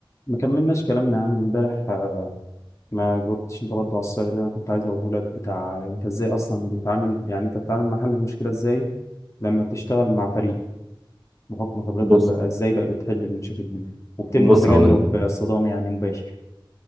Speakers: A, on the left; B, in the centre.
A: ما كملناش كلامنا يا عم امبارح آه، ما جاوبتش انت برضه على السؤال اللي انا كنت عايز اقوله لك بتاع انت ازاي اصلا بتتعامل يعني انت بتتعامل مع حل المشكله ازاي لما بتشتغل مع فريق بحكم خبرتك
B: بص
A: بقى ازاي بقى بتحل المشاكل دي وبتمنع
B: بص
A: تجنب
B: هقول
A: صدام يعني مباشر